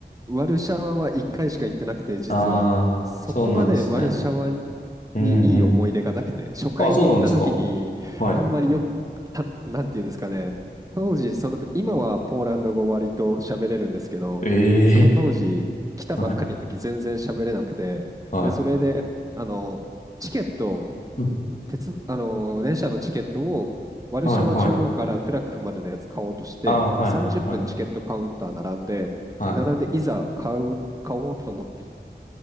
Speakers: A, on the right; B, on the left.
A: ワルシャワは1回しか行ってなくて、実は。
B: ああー、
A: そこまでワルシャワ
B: そうなんですね。うんうん。
A: にいい思い出がなくて、初回に行った時に、
B: あ、そうなんですかはい。
A: あんまりよた、なんていうんですかね、当時、その時、今はポーランド語割と喋れるんですけど、
B: ええ。
A: その当時、来たばっかりの時全然喋れなくて、
B: <laughs> はい、はい。
A: で、それで、あの、チケット、
B: うん
A: 鉄、あの、電車のチケットを、ワルシャワ中央からクラクフまでのやつ買おうとして、
B: はい、はい。ああ、はい、
A: 30分チケットカウンター並んで、
B: はい、はい。は
A: 並んでいざ買う、買おうと思って